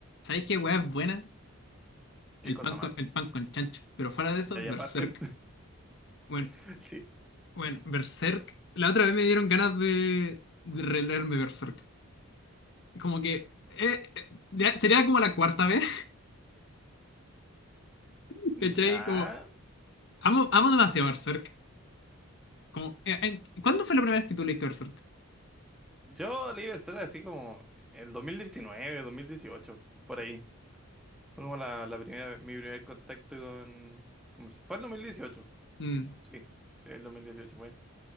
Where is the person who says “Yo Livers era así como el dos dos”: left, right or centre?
Centre